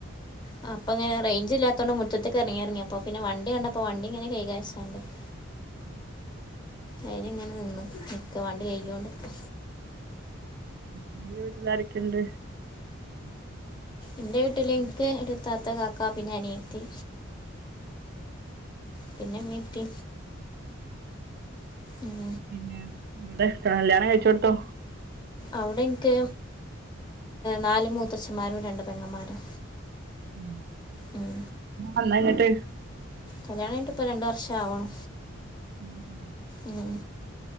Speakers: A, on the left (about 20°); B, on the right (about 50°).
A: ആ അപ്പോങ്ങനെ റേഞ്ച് ഇല്ലാത്തൊണ്ട് മുറ്റത്തേക്ക് ഇറങ്ങി ഇറങ്ങി അപ്പോ പിന്നെ വണ്ടി കണ്ടപ്പോൾ വണ്ടി ഇങ്ങനെ കൈകാന്ന് <unintelligible>
B: <unintelligible>
A: അയന് ഇങ്ങനെ നിന്ന് നിക്ക വണ്ടി കൈണ്ട്ക്ക.
B: <unintelligible> വീട്ടിൽ ആരൊക്കെയുണ്ട്?
A: എന്റെ വീട്ടില് എനിക്ക് ത്താത്ത, കാക്ക, പിനൊ അനിയത്തി.
B: <inaudible>
A: പിന്നെ ഇമ്മീം ഉപ്പി ഉം
B: പിന്നെ ഇവിടെ കല്യാണം കഴിച്ചോടുത്തോ
A: അവിടെ എനിക്ക് നാല് മൂത്തച്ഛന്മാരും രണ്ട് പെങ്ങന്മാരും
B: ഉം
A: ഉം
B: അന്നാ ഇങ്ങട്ട്
A: കല്യാണംകയിങിട്ട് ഇപ്പം രണ്ടു വർഷം ആണ്
B: ഉം ഉം
A: ഉം